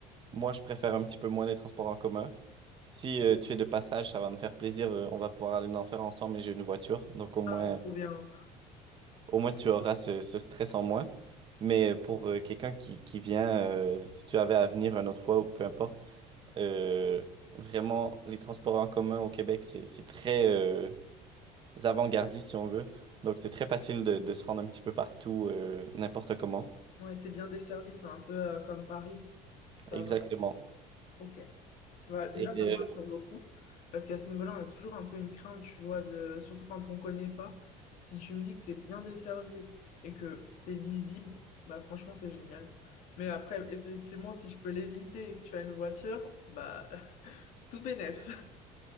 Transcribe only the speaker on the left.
Ah, trop bien.
Ouais, c'est bien desservi, c'est un peu euh, comme Paris. Ça
va. Ok. Bah, déjà,
ça me
rassure beaucoup, parce qu'à ce niveau-là, on a toujours un peu une crainte, tu vois, de... surtout quand on connaît pas. Si tu me dis que c'est bien desservi et que c'est lisible, bah franchement, c'est génial. Mais après, effectivement, si je peux l'éviter et que tu as une voiture, bah <laughs> tout bénef.